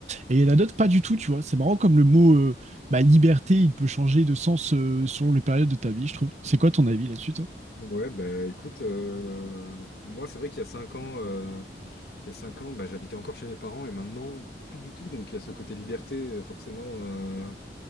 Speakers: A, on the right; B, on the left.
A: Et il y en a d'autres, pas du tout, tu vois. C'est marrant comme le mot euh, bah, liberté, il peut changer de sens euh, selon les périodes de ta vie, je trouve. C'est quoi ton avis là-dessus, toi?
B: Ouais, bah écoute, euh, moi c'est vrai qu'il y a cinq ans, euh, il y a cinq ans, bah, j'habitais encore chez mes parents et maintenant plus du tout. Donc il y a ce côté liberté, euh, forcément. euh,